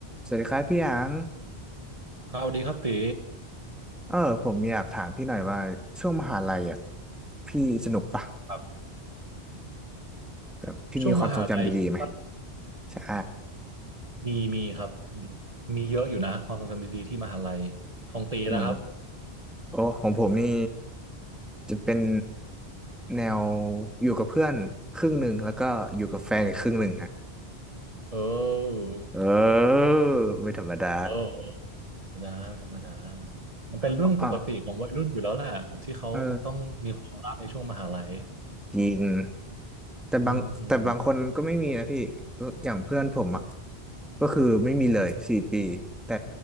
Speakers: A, in the centre; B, on the right (about 35°).
A: สวัสดีครับพี่หยาง
B: ครับสวัสดีครับตี
A: เออผมอยากถามพี่หน่อยว่าช่วงมหาลัยอ่ะพี่สนุกปะ
B: ครับ
A: แบบพี่มีความทรงจำดีๆไหม
B: ช่วงมหาลัยคิดว่า
A: ใช่
B: มีมีครับมีเยอะอยู่นะความทรงจำดีๆที่มหาลัยของตีนะครับ
A: อืมโอ้ของผมนี่จะเป็นแนวอยู่กับเพื่อนครึ่งหนึ่งแล้วก็อยู่กับแฟนอีกครึ่งหนึ่งฮะ
B: เออ
A: เออไม่ธรรมดา
B: เออธรรมดาธรรมดามันเป็นเรื่องปกติของวัยรุ่นอยู่แล้วแหละที่เขาต้องมีความรักในช่วงมหาลัย
A: อ๋อเออจริง แต่บางแต่บางคนก็ไม่มีนะพี่
B: อืมอืม
A: อย่างเพื่อนผมอ่ะก็คือไม่มีเลยสี่ปีแต่